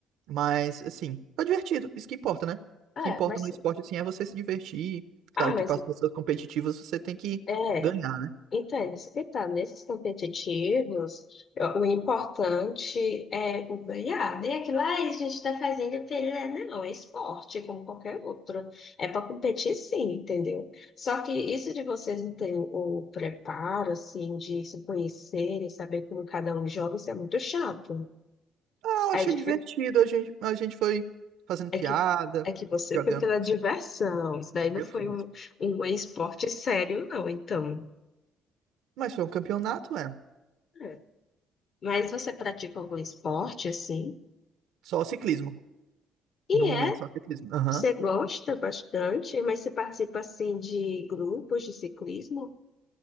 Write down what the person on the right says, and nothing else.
Mas, assim, foi divertido, isso que importa, né? O que
importa
no esporte, assim, é você se divertir.
Claro
que para as pessoas competitivas você tem que
ganhar. né?
Ah, eu
achei
divertido, a gente, a gente foi fazendo
piada,
jogando
Já
fui mesmo.
Mas foi um campeonato, é.
Só ciclismo.
No momento,
só ciclismo. Aham.